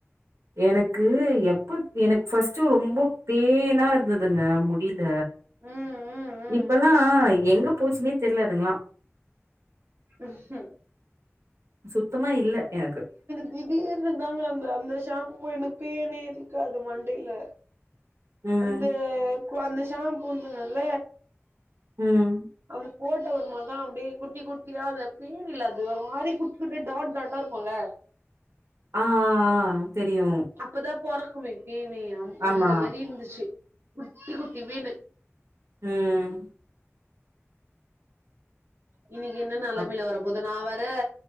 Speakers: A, on the right; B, on the right.
A: எனக்கு எப்ப எனக்கு ஃபஸ்ட்டு ரொம்ப பேனா இருந்துதுங்க டில
B: ம் ம் ம்.
A: இப்பல்லா எங்க போச்சுன்னே தெர்ல அதுங்ளா
B: ம் ஹும்
A: சுத்தமா இல்ல எனக்கு
B: திடீர்னு தாங்க அந்த அந்த ஷாம்பூ எனக் பேனே இருக்காது மண்டைல
A: ம்.
B: அந்த கு அந்த ஷாம்புனால
A: ம்
B: அந்த போட்ட ஒருமாதா அப்டே குட்டி குட்டியா அந்த பேன் இல்ல அது ஒரு மாரி குட்டி குட்டி டாட் டாட்டா இருக்குல்ல
A: ஆ ஆ ஆ தெரியு
B: அப்பதா பொறக்குமே பேனே
A: ஆமா.
B: அந்த மாரி இருந்துச்சு குட்டி குட்டி பேனு
A: ம்
B: இன்னைக்கு என்ன நெலமைல
A: அப்
B: வர போதோ நா வேற